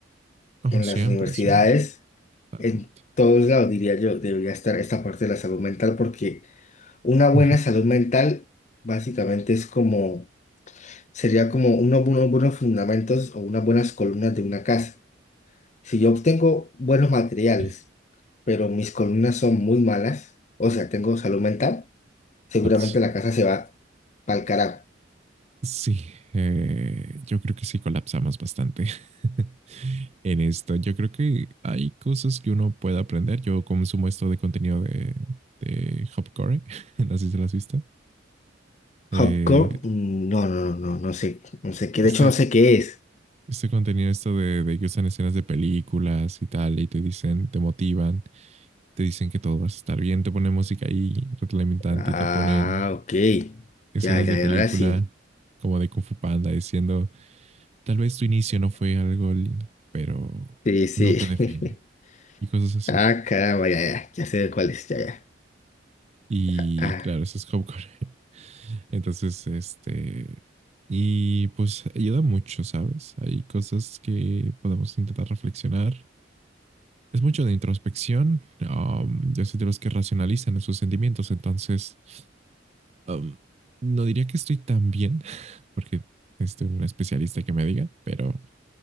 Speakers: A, on the right; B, on the left.
A: Ojo,
B: en
A: siempre,
B: las universidades,
A: siempre, totalmente.
B: en todos lados, diría yo, debería estar esta parte de la salud mental porque una buena
A: Ujú.
B: salud mental básicamente es como sería como unos, buenos buenos fundamentos o unas buenas columnas de una casa. Si yo obtengo buenos materiales,
A: Sí,
B: pero mis columnas son muy malas, o sea, tengo salud mental,
A: colapso.
B: seguramente la casa se va pa'l carajo.
A: Sí, eh, yo creo que sí colapsamos bastante <laughs> en esto. Yo creo que hay cosas que uno puede aprender. Yo consumo esto de contenido de, de Hopcore, <laughs> no sé si lo has visto. Eh,
B: Hopcore, mm, no, no, no, no no sé, no sé qué,
A: este,
B: de hecho no sé qué es.
A: este contenido, esto de, de que usan escenas de películas y tal, y te dicen, te motivan, te dicen que todo va a estar bien, te ponen música ahí retroalimentante
B: Ah,
A: y te ponen
B: ok,
A: escenas
B: ya, ya,
A: de película
B: ya, ahora sí.
A: como de Kung Fu Panda diciendo Tal vez tu inicio no fue algo lindo, pero
B: Sí, sí.
A: no te define
B: <laughs>
A: y cosas así.
B: Ah, caramba, ya, ya, ya sé cuál es, ya, ya.
A: Y
B: Ah,
A: claro, eso es Hopcore. <laughs> Entonces, este, y pues ayuda mucho, ¿sabes? Hay cosas que podemos intentar reflexionar. Es mucho de introspección. Um, yo soy de los que racionalizan sus sentimientos, entonces um, no diría que estoy tan bien, <laughs> porque estoy un especialista que me diga, pero